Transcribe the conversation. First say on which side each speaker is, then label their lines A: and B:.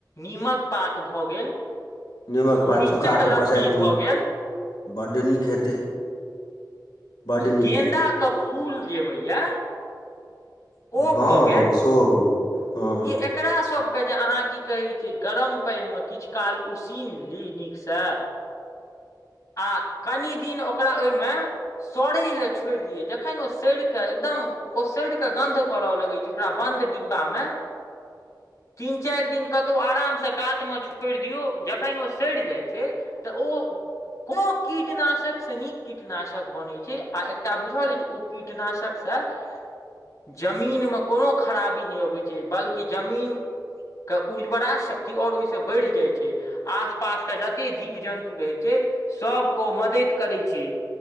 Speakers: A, on the left (about 45°); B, on the left (about 75°).
A: नीमक पात भऽ गेल
B: निमक
A: गुरीचक
B: पा सुखा
A: लत्ती
B: कऽ पसाइर दियौ
A: भऽ गेल
B: बड्ड नीक हेतै बड्ड
A: ऽ
B: नीक
A: गेंदा
B: हेतै
A: के फूल जे होइए ओ
B: हँ
A: भऽ गेल
B: हँ सोहो होइए हँ
A: ई एकरा सब जे अहाँ की कहै छिय गरम पानिमे किछ काल उसीन ली नीकसँ
B: <unintelligible>
A: आ कनि दिन ओकरा ओहिमे सड़ै लेलए छोड़ि दियै जखन ओ सड़िकऽ एकदम ओ सड़ के गंध कर लगै छै ओकरा बन्द डिब्बा मे
B: <unintelligible>
A: तीन चारि दिन कतहु आरामसँ कातमे छोड़ि दियौ जखन ओ सड़ि जाइत छै तऽ ओ ओ कोनो कीटनाशक से नीक कीटनाशक बनैत छै आ एकटा बुझल अछि ओ कीटनाशकसँ जमीन म कोनो खराबी नइ अबै छै बल्कि जमीन क उर्ज्वरा शक्ति और ओहिस बढ़ि जाइ छै आस पास के जते जीव जन्तु रहै छै सभ को मदैत करै छै